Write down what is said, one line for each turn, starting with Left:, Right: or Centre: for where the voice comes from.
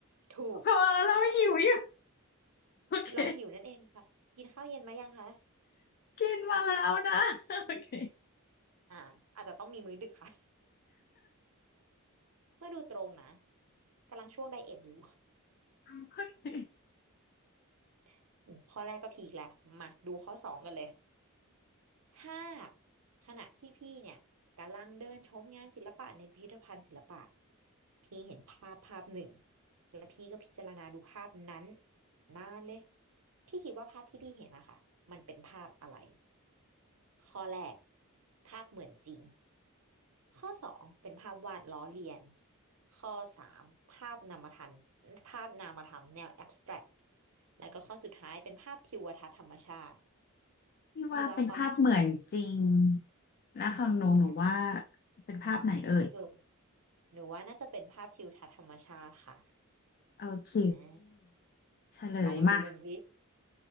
Right: ถูก
Left: เพราะว่าเราหิวอยู่
Right: <laughs>
Left: โอเค
Right: เราหิวนั่นเองค่ะกินข้าวเย็นมายังคะ
Left: กินมาแล้วนะโอเค
Right: อ่าอาจจะต้องมีมื้อดึกค่ะ <laughs> ก็ดูตรงนะกำลังช่วงไดเอทอยู่
Left: โอเค
Right: <laughs> อืมข้อแรกก็พีคแล้วมาดูข้อสองกันเลย ถ้าขณะที่พี่เนี่ยกำลังเดินชมงานศิลปะในพิพิธภัณฑ์ศิลปะพี่เห็นภาพภาพหนึ่งแล้วพี่ก็พิจารณาดูภาพนั้นนานเลยพี่คิดว่าภาพที่พี่เห็นอะค่ะมันเป็นภาพอะไรข้อแรกภาพเหมือนจริงข้อสองเป็นภาพวาดล้อเลียนข้อสามภาพนามธรรมภาพนามธรรมแนวแอบสแตรกแล้วก็ข้อสุดท้ายเป็นภาพทิวทัศน์ธรรมชาติ
Left: พี่ว่าเป็นภาพเหมือนจริง
Right: พี่ว่าข้อไหนคะ
Left: แล้วของหนูหนูว่า
Right: อ่
Left: เป็นภาพไหนเอ่ย
Right: า หนูว่าน่าจะเป็นภาพทิวทัศน์ธรรมชาติค่ะ
Left: โอเค
Right: อ่า
Left: เฉลยมา
Right: เดี๋ยวลองมาดูกันสิ